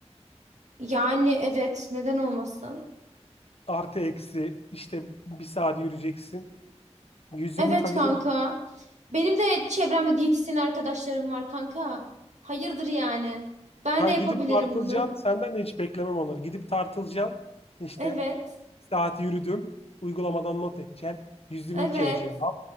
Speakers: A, on the right; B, on the left.
A: Yani evet neden olmasın?
B: Artı eksi işte bir saat yürüyeceksin. 120
A: Evet
B: kalori
A: kanka.
B: mi?
A: Benim de çevremde diyetisyen arkadaşlarım var kanka. Hayırdır yani? Ben
B: Ya
A: de yapabilirim
B: gidip tartılacaksın.
A: bunu.
B: Senden de hiç beklemem onları. Gidip tartılacaksın. İşte
A: Evet.
B: bir saat yürüdüm. Uygulamadan not edeceksin. 120
A: Evet.
B: kcal al.